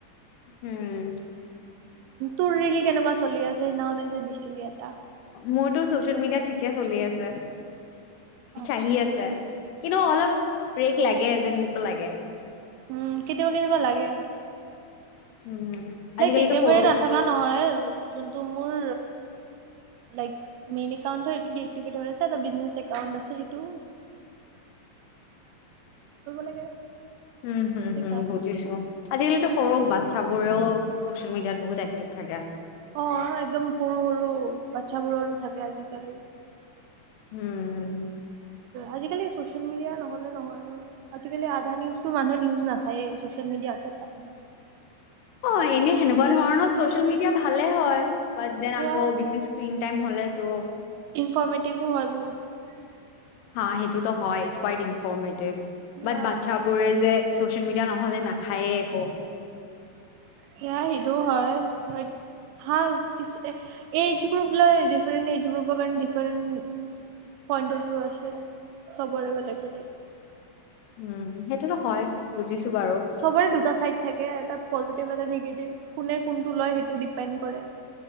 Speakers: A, on the left; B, on the right.
A: উম
B: তোৰ ৰিল কেনেকুৱা চলি আছে সেইদিনাখনে যে দিছিলি এটা
A: মোৰতো চচিয়েল মিডিয়াত ঠিকে চলি আছে
B: আচ্ছা।
A: আহি আছে কিন্তু অলপ ব্ৰেক লাগে যেন মোকো লাগে
B: উম কেতিয়াবা কেতিয়াবা লাগে
A: উম আজিকালিতো
B: লাইক একেবাৰে
A: সৰু
B: নাথকা নহয় যোনটো মোৰ লইক মেইন একাউণ্টটো সেইটো দি এক্টিভেটৰ হয় আছে বিষ্ণেছ একাউণ্ট টো আছে
A: উম হুম
B: সেইকাৰণে।
A: হুম বুজিছো আজিকালিতো সৰু বাট চাবোৰেও ছচিয়েল মিডিয়াত বহুত এক্টিভ থাকে
B: অ একদম সৰু সৰু বাচ্ছাবোৰৰো থাকে আজিকালি
A: উম
B: আজিকালি চচিয়েল মিডিয়া নহলে নহয় আজিকালি আধা নিউজ মানুহে নিউজ নাচায় চচিয়েল মিডিয়াতে পায়
A: অ', এনে সেনেকুৱা ধৰণত চচিয়েল মিডিয়া ভালে হয় ব দিন
B: সেয়া
A: আগৌ বেছি স্ক্ৰিন টাইম হলে তো
B: ইনফৰ্মেটিভো হয় বহুত
A: হা সেইটোতো হয় ই কোৱাইট ইনফৰ্মেটিভ
B: এয়া
A: বাট বাচ্ছা বোৰে যে চচিয়েল মিডিয়া নহলে নাখায়ে একো।
B: সেয়া সেইটো হয়', ভাল কিু এইজ গ্ৰুপ লৈ ডিফাৰেট এইজ গ্ৰুপৰ কাৰণে ডিফাৰেণ্ট পইণ্ট অফ ভিউ আছে, চবৰে বেলেগ-বেলেগ
A: উম', সেইটোতো হয়। বুজিছো বাৰু।
B: চবৰে দুটা চাইড থাকে এটা পজিটিভ, কিবা এটা নিগেটিভ কোনে কোনটো লয় সেইটো ডিপেন্ড কৰে